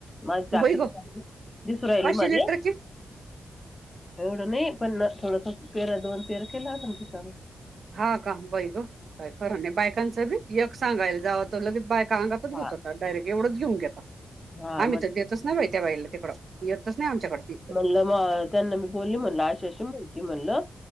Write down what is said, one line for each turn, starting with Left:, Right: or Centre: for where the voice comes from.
Left: माझी टाकी
Right: बाई
Left: रिकामी
Right: गो
Left: दिसू राहिली
Right: पाचशे
Left: म्हणे
Right: लिटरची
Left: एवढं नाही पण थोडंस पेरा दोन पेरा केला असेल रिकामं.
Right: हा का बई ग काय खरं नाही बायकांचं मी एक सांगायला जाव तो लगेच बायक अंगातचत
Left: हा
Right: होता डायरेक्ट एवढच घेऊन घेता
Left: हा
Right: आम्ही
Left: मग
Right: तर
Left: ते
Right: देतच ना बाई त्या बाईला तिकड येतच. नाही आमच्याकडं तिथं
Left: म्हणलं म त्यांना मी बोलली म्हणल आशा अशी बोलती म्हणलं